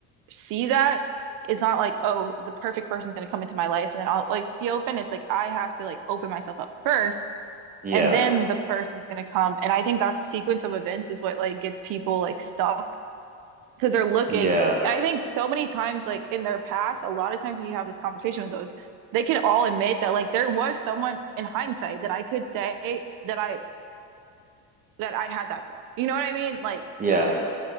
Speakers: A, on the right (about 60°); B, on the right (about 20°).
A: see that it's not like oh the perfect person's gonna come into my life and then I'll like be open. It's like I have to like open myself up first
B: Yeah.
A: and then the person's gonna come. And I think that sequence of events is what like gets people like stuck because they're looking.
B: Yeah.
A: And I think so many times, like in their past, a lot of times when you have this conversation with those, they can all admit that like there was someone in hindsight that I could say that I that I had that for. You know what I mean? Like
B: Yeah.